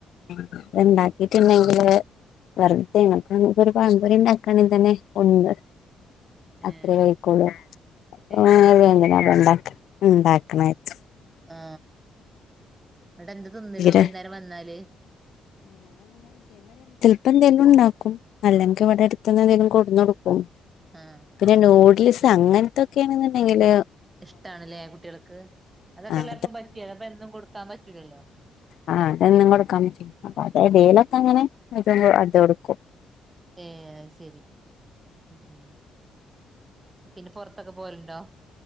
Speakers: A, on the left; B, on the right.
A: അ ഇണ്ടാക്കിട്ടുണ്ടെങ്കില് വെറുതെയാണ്. അപ്പൊ നമുക്ക് ഒരു പമ്പൊരി ഉണ്ടാക്കാണ് തന്നെ ഒന്ന്‌
B: ഏഹ്
A: അത്രേ കഴിക്കുള്ളൂ
B: ഏഹ്
A: അ
B: അത് ശരി
A: വേന അതണ്ടാക്ക ഉണ്ടാക്ക <unintelligible>
B: ആ ഇവിടെ എന്ത് തിന്നലോ
A: തീരെ
B: വൈകുന്നേരം വന്നാല്
A: അപ്പ എന്തെങ്കിലും ഉണ്ടാക്കും അല്ലെങ്കിൽ ഇവിടെ അടുത്ത്ന്ന് എന്തെങ്കിലും കൊടുന്നു കൊടുക്കും.
B: ആഹ്
A: പിന്നെ
B: കടണ്ടാവും
A: നൂഡിൽസ് അങ്ങനത്തൊക്കെയണെന്നുണ്ടെങ്കില്
B: ഇഷ്ടണല്ലേ കുട്ടികൾക്ക്. അതൊക്കെ
A: ആഹ്
B: എല്ലാവർക്കും പറ്റൂ, അപ്പൊ എന്നും കൊടുക്കാൻ പറ്റൂലല്ലോ.
A: ആ അതൊന്നും കൊടുക്കാൻ <unintelligible> അപ്പൊ അതടയിലൊക്കെ
B: ഉം
A: അങ്ങനെ ഇത അത് കൊടുക്കും
B: ഏ ശരി അങ്ങനെ പിന്നെ പുറത്തൊക്കെ പോവല്ണ്ടോ